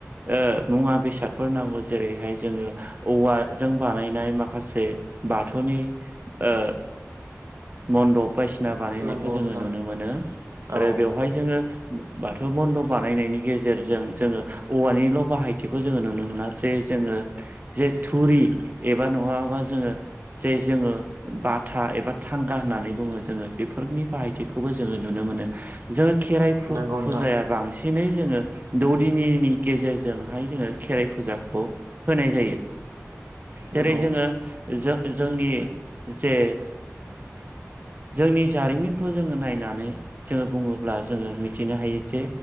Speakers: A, on the right; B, on the right.
A: ओ मुवा बेसादफोर नांगौ जेरैहाय जोङो औवाजों बानायनाय माखासे बाथौनि ओ मन्दप बायदिसिना बानायनायखौ
B: नंगौ
A: जोङो
B: नोंथां
A: नुनो मोनो आरो
B: औ
A: बेवहाय जोङो बाथौ मन्दफ' बानायनायनि गेजेरजों जोङो औवानि ल' बाहायथिखौ जोङो नुनो मोना जे जोङो जे थुरि एबा नङाबा जोङो जे जोङो बाथा एबा थांगा होननानै बुङो जोङो बेफोरनि बाहायथिखौबो जोङो नुनो मोनो। जोङो खेराइ
B: नंगौ
A: फुजाया
B: नोंथां
A: बांसिनै जोङो दौदिनिनि गेजेरजों जोंहाय जोङो खेराइ फुजाखौ होनाय जायो जेरै
B: नंगौ
A: जोङो जो-जोंनि जे
B: <inaudible>
A: <inaudible> जोंनि जारिमिनखौ जोङो नायनानै जोङो बुङोब्ला जोङो मिथिनो हायो जे